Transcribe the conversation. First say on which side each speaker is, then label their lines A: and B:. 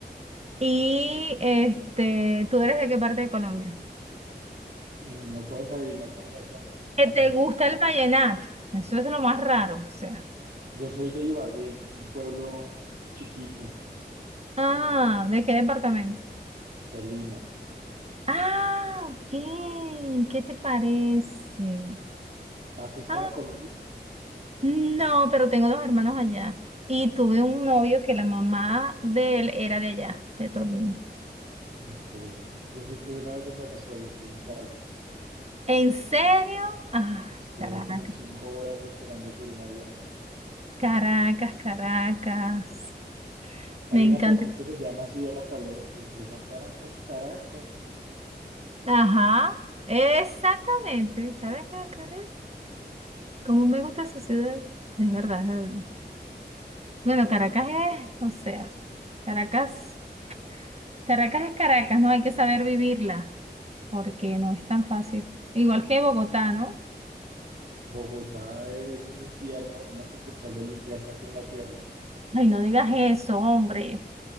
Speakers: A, on the right; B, on the right.
A: Y este, ¿tú eres de qué parte de Colombia?
B: Mm, No puedes adivinar por mi acento.
A: Que
B: No.
A: te gusta el vallenato. Eso es lo más raro, o sea.
B: Yo soy de Ibagué, es un pueblo chiquito,
A: Ah, ¿de qué departamento?
B: Tolima.
A: Ah, ok. ¿Qué te parece?
B: ¿Has estado
A: Ah,
B: en Colombia?
A: no, pero tengo dos hermanos allá. Y tuve un novio que la mamá de él era de allá, de Tolima.
B: Ok. Yo sí estuve una vez en Venezuela, estuve en Caracas.
A: ¿En serio? Ah,
B: Estuve
A: Caracas,
B: como cinco horas esperando por un avión.
A: Caracas, Caracas.
B: Hay
A: Me encanta.
B: una canción que se llama así de Rafael Orozco, que se llama Caracas, Caracas.
A: Ajá, exactamente. Caracas,
B: Ujú.
A: Caracas. Cómo me gusta esa ciudad. Es verdad, es verdad. Bueno, Caracas es, o sea, Caracas. Caracas es Caracas, ¿no? Hay que saber vivirla, porque no es tan fácil. Igual que Bogotá, ¿no?
B: Bogotá es un infierno, una sucursal del infierno aquí en la tierra.
A: Ay, no digas eso, hombre.